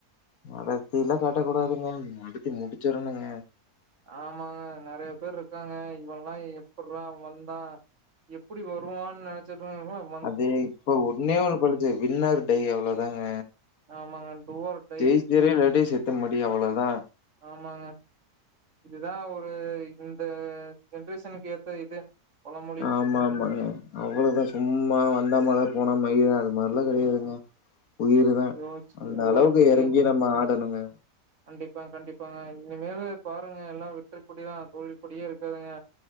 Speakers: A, on the left; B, on the right.
A: நடத்திலா காட்டக்கூடாதுங்க நடத்தி முடிச்சிரணுங்க
B: ஆமாங்க நறைய பேரு இருக்காங்க இவன்லா எப்புட்றா வந்தா எப்படி வருவான்னு நெனைச்சிட்டு <unintelligible>
A: அதே இப்ப ஒன்னே ஒண்ணு பழிச்சு வின்னா ஆர் டை அவ்ளோதாங்க
B: ஆமாங்க டு ஆர் டை
A: ஜெயிச்சிடு இல்லாட்டி செத்து மடி அவ்ளோதா
B: ஆமாங்க இதுதா ஒரு இந்த ஜென்ரேஷனுக்கு ஏத்த இது பழமொழி
A: ஆமாமாங்க அவ்ளோதா சும்மா வந்த மாரிதா போனா மாரிதா இரு மார்ல்ல
B: ஐயோ
A: கடையாதுங்க உயரு தா
B: யோச்சு
A: அந்தளவுக்கு
B: யோசிச்சுட்டு
A: எறங்கி நம்ம ஆடணுங்க
B: கண்டிப்பா கண்டிப்பாங்க இனிமேலு பாருங்க எல்லா வெற்றக்கொடிதா தோல்விப்படியே இருக்காதுங்க